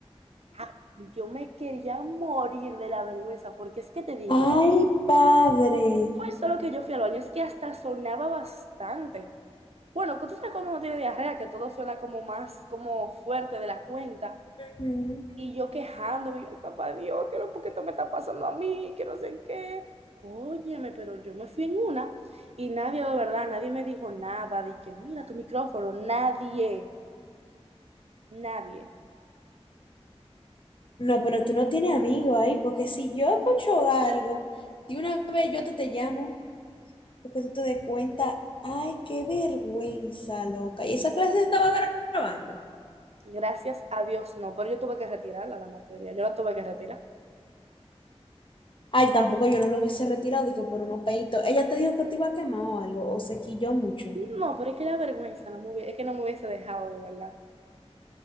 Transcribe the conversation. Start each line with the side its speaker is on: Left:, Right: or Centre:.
Right: Ah, Y yo me quería morir de la vergüenza, porque es que te digo,
Left: Ay, padre.
Right: pues solo que yo fui al baño, es que hasta sonaba bastante. Bueno, que tú sabes cuando uno tiene diarrea, que todo suena como más, como fuerte de la cuenta.
Left: Ujú.
Right: Y yo quejándome, yo, ay, papá Dios, ¿qué es lo que esto me está pasando a mí? Que no sé qué. Óyeme, pero yo me fui en una y nadie, de verdad, nadie me dijo nada de que mira tu micrófono, nadie, nadie.
Left: No, pero tú no tienes amigos ahí, porque si yo escucho algo, de una vez yo te, te llamo, porque tú te des cuenta. Ay, qué vergüenza, loca. Y esa clase se estaba gra- grabando.
Right: Gracias a Dios, no, pero yo tuve que retirarla la materia, yo la tuve que retirar.
Left: Ay, tampoco yo no lo hubiese retirado, de que por unos peitos. Ella te dijo que te iba a quemar o algo, o se quilló mucho.
Right: No, pero es que la vergüenza no me hubie- es que no me hubiese dejado, de verdad.